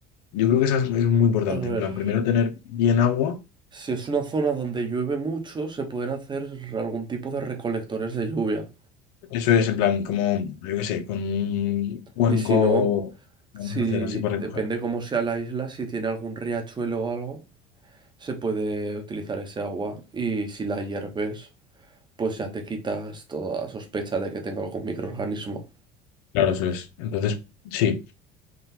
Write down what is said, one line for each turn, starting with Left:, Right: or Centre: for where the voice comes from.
Left: yo creo que eso es, es muy importante,
Right: a ver,
Left: en plan, primero tener bien agua,
Right: si es una zona donde llueve mucho, se pueden hacer algún tipo de recolectores de lluvia.
Left: eso es en plan, como, yo qué sé, con un cuenco,
Right: Y si no,
Left: vamos
Right: si
Left: a hacer así para recoger.
Right: depende cómo sea la isla, si tiene algún riachuelo o algo, se puede utilizar ese agua. Y si la hierves, pues ya te quitas toda sospecha de que tenga algún microorganismo.
Left: Claro, eso es. Entonces, sí,